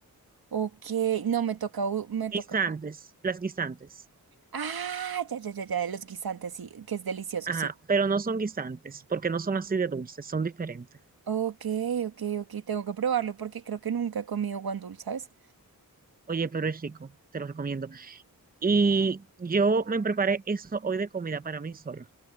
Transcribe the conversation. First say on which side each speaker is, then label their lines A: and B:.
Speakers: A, on the right (about 85°); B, on the right (about 25°).
A: Ok, no, me toca, u- me
B: Guisantes,
A: toca.
B: las guisantes.
A: Ah, ya, ya, ya, ya, los guisantes, sí, que es delicioso,
B: Ajá,
A: sí.
B: pero no son guisantes, porque no son así de dulces, son diferentes.
A: Ok, ok, ok, tengo que probarlo porque creo que nunca he comido guandul, ¿sabes?
B: Oye, pero es rico, te lo recomiendo. Y yo me preparé eso hoy de comida para mí sola.